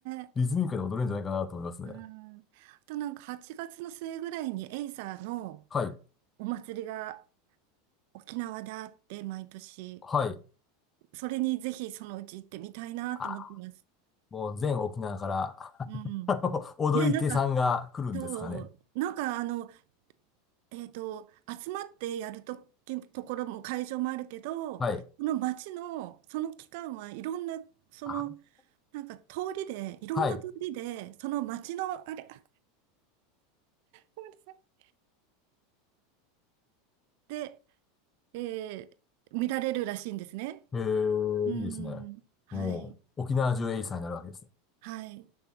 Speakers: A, on the right; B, on the left.
A: え。
B: リズミカルに踊れるんじゃないかなと思いますね。
A: うん、あとなんか8月の末ぐらいにエイサーの
B: はい。
A: お祭りが沖縄であって、毎年。
B: はい。
A: それにぜひそのうち行ってみたいなと思ってます。
B: あもう全沖縄から <laughs>
A: うん。
B: あの踊り手さんが来るんですかね。
A: ね、なんか、そう、なんかあの、えっと、集まってやるとき、ところも会場もあるけど、
B: はい。
A: この街の、その期間はいろんな、その、
B: あ
A: なんか通りで、いろんな通りで、
B: はい。
A: その街の、あれ、あ、ごめんなさい。で、えー見られるらしいんですね。
B: えー、
A: うー
B: いいですね。
A: ん。はい。
B: もう、沖縄中エイサーになるわけですね。
A: はい。